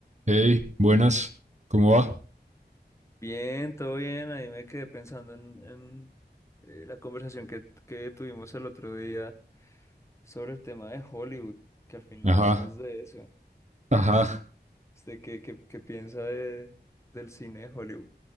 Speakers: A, on the right; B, on the left.
A: Hey, buenas, ¿cómo va?
B: Bien, todo bien. Ahí me quedé pensando en, en, eh, la conversación que, que tuvimos el otro día sobre el tema de Hollywood, que al final
A: Ajá,
B: hablamos de eso.
A: ajá.
B: Este, ¿qué, qué, qué piensa de, del cine de Hollywood?